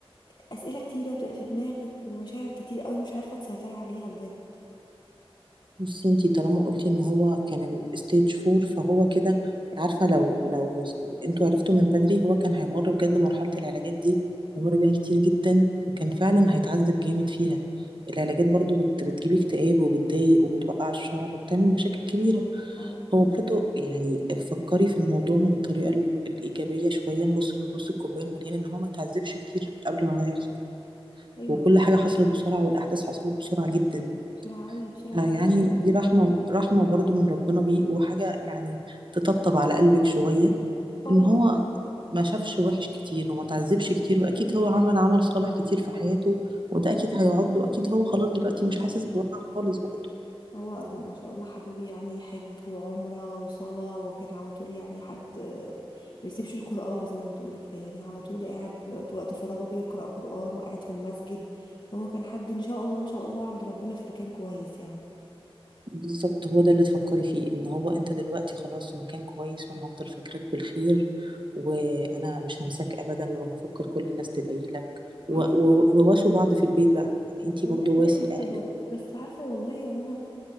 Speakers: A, on the left (about 50°); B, on the right (about 55°).
A: اسئله كتيره بتبقى في دماغك ومشاعر كتير قوي مش عارفه تسيطري عليها بجد
B: بصي انتي طالما قلتي ان هو كان الستيج فور فهو كده عارفة لو لو انتوا عرفتوا من بدري هو كان هيمر بجد مرحلة العلاجات دي هيمر بيها كتير جدا وكان فعلا هيتعذب جامد فيها العلاجات برضو بت بتجيب اكتئاب وبتضايق وبتوقع الشعر وبتعمل مشاكل كبيرة
A: اه اه حبيبي
B: هو برضو يعني فكري في الموضوع من الطريقة ال- الإيجابية شوية نبص لنص الكوباية المليان ان هو ما تعذبش كتير قبل ما ده يحصل
A: ايوه
B: وكل حاجة
A: خلاص.
B: حصلت بسرعة والأحداث حصلت بسرعة جدا
A: بسرعه قوي بسرعه
B: آه،
A: قوي
B: يعني
A: بجد الحاجات
B: دي رحمة رحمة برضو من ربنا بيه وحاجة يعني تطبطب على قلبك شوية
A: اه
B: إن هو
A: اللي
B: ما شافش وحش كتير وما تعذبش كتير وأكيد هو عمل عمل صالح كتير في حياته وده أكيد هيقعد له أكيد هو خلاص دلوقتي مش
A: عارفة.
B: حاسس بوجع خالص برضه
A: هو ما شاء الله حبيبي يعني حج وعمره وصلاه وكان على طول يعني حد آه، ما بيسيبش القران زي ما بتقولي كده يعني على طول قاعد بي- وقت فراغه بيقرا قران وقاعد في المسجد هو كان حد ان شاء الله ان شاء الله عند ربنا في مكان كويس يعني
B: بالظبط هو ده اللي تفكري فيه إن هو أنت دلوقتي خلاص في مكان كويس وأنا هفضل فاكرك بالخير وأنا مش همساك أبدا وهفكر كل الناس تدعي لك و-
A: عارفه
B: و- وواسوا بعض في البيت بقى يعني أنت
A: والله
B: برضو
A: بنعمل
B: واسي
A: كده
B: أهلك
A: بس عارفه والله يا رنا